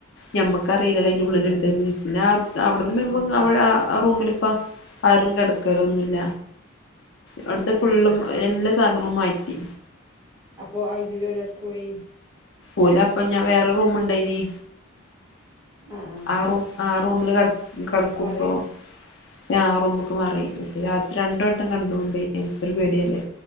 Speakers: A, on the left (about 60°); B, on the right (about 20°).
A: ഞമ്മടെ ഇക്കറിയില്ലല്ല അയ്ൻ്റെ
B: ആഹ്
A: ഉള്ളിലുണ്ട്ന്ന്.
B: അതന്നെ
A: പിന്നാ അവിടുന്ന് <unintelligible>
B: ഉം ഉം
A: അവുടെ ആ റൂമില് ഇപ്പോ ആരും കിടക്കലൊന്നുംല്ല. അവിടുത്തെ ഫുള്ളും
B: ഏഹ്
A: എല്ലാ സാധനങ്ങളും മാറ്റി.
B: അപ്പോ അയിലിള്ള ഓരേടക്കോയി.
A: ഓലപ്പ ഞാൻ വേറെ റൂമ്ണ്ടായിനി.
B: ആഹ് ആഹ്
A: ആറൂ ആ റൂമില് കട കടക്കുംപ്പോ
B: അയിക്ക് മാറേ
A: ഞാ ആ റൂമ്ക്ക് മാറി. ഇയ്ക്ക് രാത്രി രണ്ട്‌ വ കണ്ടൊണ്ടെയ്
B: ഏഹ്
A: ഒരു പേടിയല്ലേ